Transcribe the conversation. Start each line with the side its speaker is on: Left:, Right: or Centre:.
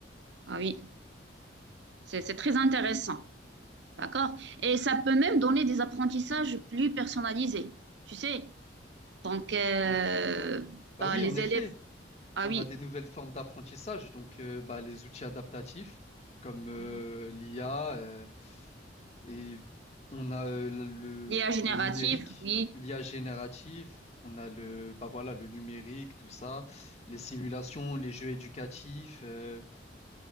Right: Ah oui, c'est c'est très intéressant. D'accord. Et ça peut même donner des apprentissages plus personnalisés. Tu sais, donc euh,
Left: Ou- Bah
Right: bah,
Left: oui,
Right: les
Left: en effet,
Right: élèves. Ah
Left: on
Right: oui.
Left: a des nouvelles formes d'apprentissage, donc euh, bah, les outils adaptatifs, comme euh,
Right: Mhm.
Left: l'IA, euh, et on a euh, le,
Right: L'IA générative,
Left: le numérique,
Right: oui.
Left: l'IA génératif, on a le, bah voilà, le numérique, tout ça, les simulations, les jeux éducatifs. euh,